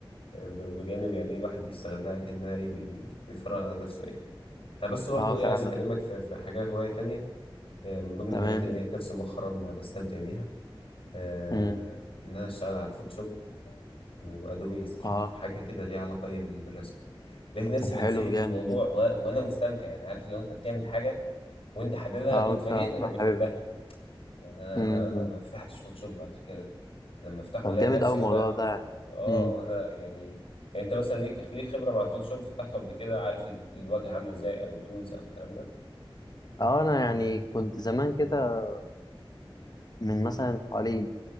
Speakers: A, on the left; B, on the left.
A: آه، ب- بجانب يعني إيه الواحد بيستغلها كأنها ايه بي- بيفرغ عن نفسه يعني انا بس برضه
B: اه
A: ايه
B: فعلا
A: عايز اكلمك في في حاجه هوايه تانية آه، من ضمن
B: تمام
A: الحاجات اللي
B: ايه
A: لقيت نفسي مؤخرا ب- بستمتع بيها آه،
B: امم
A: ان انا اشتغل على الفوتوشوب وادوبي الستريتور
B: اه
A: حاجه كده ليها علاقه ايه بالرسم لقيت نفسي
B: طب حلو
A: بتسحل في
B: جامد
A: الموضوع
B: جدا
A: و... وانا مستمتع يعني عارف لو انت بتعمل حاجه وانت حاببها
B: اه
A: واتفاجئت
B: وانت
A: انك بتحبها
B: حاببها
A: يعني انا
B: امم
A: انا انا
B: أمم.
A: ما فتحتش فوتوشوب قبل كده لما افتحه
B: طب
A: الاقي
B: جامد
A: نفسي
B: قوي الموضوع
A: وانا
B: ده يعني
A: اه
B: امم
A: وانا يعني يعني انت مثلا ليك ليك خبره مع الفوتوشوب فتحته قبل كده عارف ال- الواجهه عامله ازاي او التولز او الكلام ده
B: اه انا يعني كنت زمان كده من مثلا حوالي